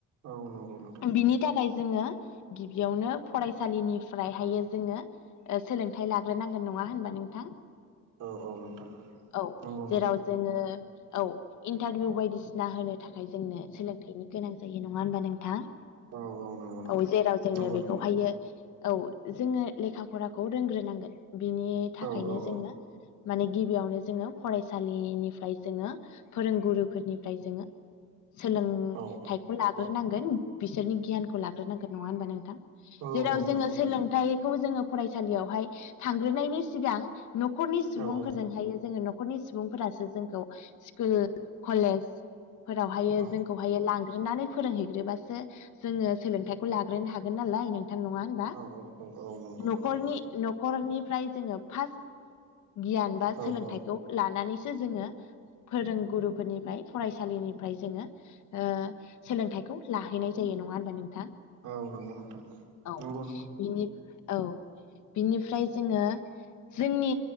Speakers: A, on the right; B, on the left.
A: औ नंगौ नोंथां
B: बिनि थाखाय जोङो गिबियावनो फरायसालिनिफ्रायहायो जोङो ओ सोलोंथाइ लाग्रोनांगोन नङा होनबा नोंथां?
A: औ औ नोंथां
B: औ
A: नंगौ नंगौ
B: जेराव जोङो औ इन्टारभिउ बायदिसिना होनो थाखाय जोंनो सोलोंथाइनि गोनां जायो नङा होनबा नोंथां?
A: औ औ नंगौ नोंथां
B: औ जेराव जोंनो
A: नंगौ
B: बेखौहायो
A: नंगौ
B: औ जोङो लेखा फरा खौ रोंग्रोनांगोन बिनि थाखायनो
A: औ औ
B: जोङो
A: औ
B: माने गिबियावनो जोङो फरायसालिनिफ्राय जोङो फोरोंगुरुफोरनिफ्राय जोङो सोलोंथ
A: औ
B: लाग्रोनांगोन
A: औ
B: बिसोरनि गियानखौ लाग्रोनांगोन नङा होनबा नोंथां
A: औ
B: जेराव
A: औ
B: जोङो
A: नंगौ
B: सोलोंथाइखौ
A: नंगौ
B: जोङो फरायसालियावहाय थांग्रोनायनि सिगां न'खरनि सुबुंफोरजोंहायो
A: औ औ
B: जोङो न'खर न'खरनि सुबुंफोरासो जोंखौ स्कुल कलेज फोरावहायो
A: औ
B: जोंखौहायो लांग्रोनानै फोरोंहैग्रोबासो जोङो सोलोंथाइखौ लाग्रोनो हागोन नालाय नोंथां नङा होनबा?
A: औ औ औ औ नंगौ नोंथां।
B: न'खरनि न'खरनिफ्राय जोङो फास्ट गियान बा
A: औ
B: सोलोंथाइखौ
A: औ
B: लानानैसो जोङो फोरोंगुरुफोरनिफ्राय फरायसालिनिफ्राय जोङो ओ सोलोंथाइखौ लाहैनाय जायो नङा होमबा नोंथां?
A: औ नंगौ नोंथां
B: औ
A: नंगौ नंगौ।
B: बिनि औ बिनिफ्राय जोङो जोंनि